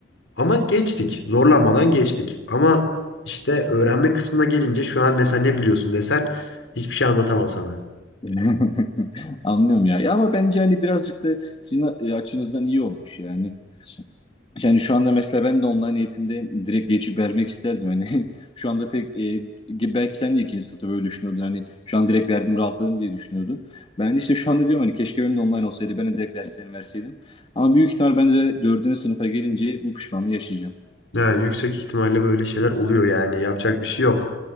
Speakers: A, on the left; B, on the left.
A: Ama geçtik zorlanmadan geçtik. Ama işte öğrenme kısmına gelince şu an mesela ne biliyorsun desen hiçbir şey anlatamam sana.
B: <laughs> Anlıyorum ya. Ya ama bence hani birazcık da sizin e, açınızdan iyi olmuş yani. Yani şu anda mesela ben de online eğitimde direkt geçip vermek isterdim. Hani <laughs> şu anda pek e, belki sen de ikinci sınıfta böyle düşünüyordun. Hani şu an direkt verdim rahatladım diye düşünüyordun. Ben de işte şu anda diyorum hani keşke benim de online olsaydı. Ben de direkt derslerimi verseydim. Ama büyük ihtimal ben de dördüncü sınıfa gelince bu pişmanlığı yaşayacağım.
A: Yani yüksek ihtimalle böyle şeyler oluyor yani yapacak bir şey yok.